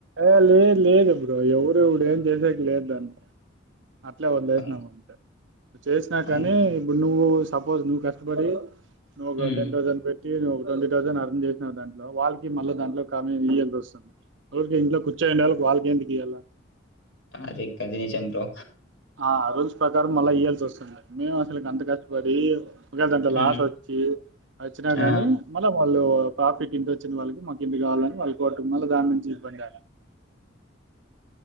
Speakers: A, on the right; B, on the left.
A: ఐ లేద్ లేదు బ్రో ఎవరు ఏం చేసేది లేదు దాన్ని అట్లే వదిలేసినావు
B: అవును,
A: అనుకుంటచేసినా
B: అవునా
A: కానీ ఇప్పుడు నువ్వు సప్ పోజ్ నువ్వు కష్టపడే యే నోగ
B: హ్మ్
A: టెన్ రౌసండ్ పే ఒక ట్వంటీ థౌసండ్ అర్న్ చేసినా దాంట్ వాళ్ళకి మళ్ళీ దాంట్లో కమీ ఇవ్వాల్సి వస్తుంది రోజు ఇంట్లో కూర్చొని ఉంటారు. వాళ్ళు ఎంమిటి ఇయ్యాల
B: అదే కదినిషన్ తో
A: ఆ రోజ్ ప్రకారం మళ్ళ ఇయ్యాల్సి వస్తుంది మేము అసలు గంత కష్టపడి ఒకేళ దాంట్లో
B: హ్మ్.
A: లాస్ వచ్చి వచ్చినా
B: ఆ
A: కానీ మళ్ళీ వాళ్ళు ప్రాఫిట్ ఇంత వచ్చిన వాళ్ళకి మాకు ఇంత కావాలని వాళ్ళకి మళ్ళీ దాని గురించి ఇబ్బందిడాలా